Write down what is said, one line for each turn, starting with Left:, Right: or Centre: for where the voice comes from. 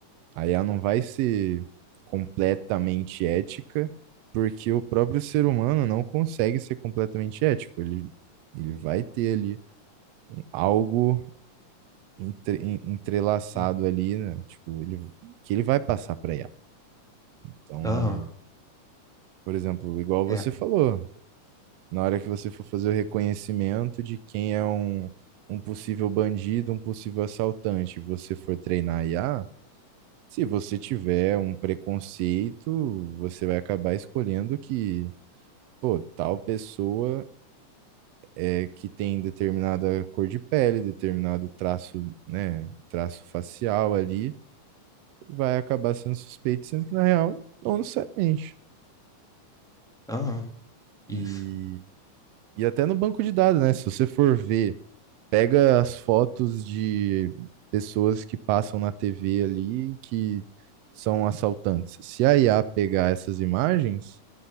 Right: A a I A não vai ser completamente ética, porque o próprio ser humano não consegue ser completamente ético. Ele, ele vai ter ali algo entre- en- entrelaçado
Centre: Hum,
Right: ali, né? Tipo, ele, que ele vai passar para IA. Então,
Centre: Aham.
Right: por exemplo, igual você
Centre: é.
Right: falou. Na hora que você for fazer o reconhecimento de quem é um, um possível bandido, um possível assaltante, e você for treinar IA, se você tiver um preconceito, você vai acabar escolhendo que, pô, tal pessoa é que tem determinada cor de pele, determinado traço, né, traço facial ali, vai acabar sendo suspeito, sendo que na real, não necessariamente.
Centre: Aham. Isso.
Right: E, e até no banco de dados, né? Se você for ver pega as fotos de pessoas que passam na TV ali que são assaltantes. Se a IA pegar essas imagens,